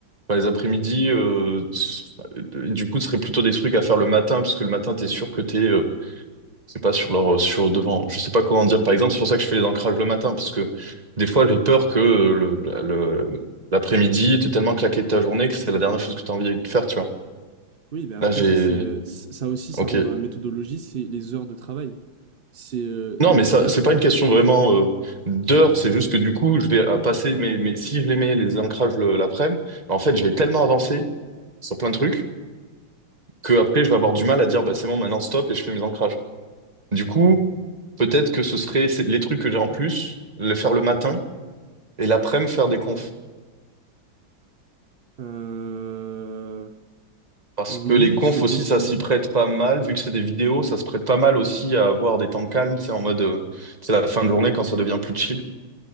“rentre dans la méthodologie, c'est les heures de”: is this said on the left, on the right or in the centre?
Right